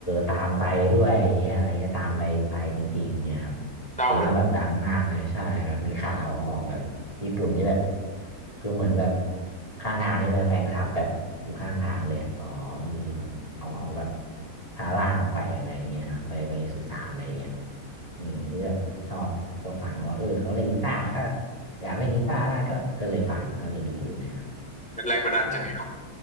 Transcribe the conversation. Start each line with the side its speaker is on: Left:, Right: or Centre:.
Left: ตามไปด้วยอย่างเงี้ยอะไรเงี้ยตามไปไปจริงๆเงี้ยครับ
Centre: เศร้าเลย
Left: ตอนนั้นแบบดังมากเลยใช่แบบมีข่าวออกแบบญี่ปุ่นนี่แบบคือเหมือนแบบข้างทางนี่เป็นแฟนคลับแบบอยู่ข้างทางเลยอะรอเออแบบเอาเอาแบบพาร่างออกไปอะไรอย่างเงี้ยเนาะไปไปสุสานอะไรอย่างเงี้ยอืมที่แบบชอบก็ฟังว่าเออเขาเล่นกีตาร์ก็อยากเล่นกีตาร์ได้ก็ก็เลยฟังก็เลยดูเนี่ยครับ
Centre: เป็นแรงบันดาลใจเนาะ
Left: ได้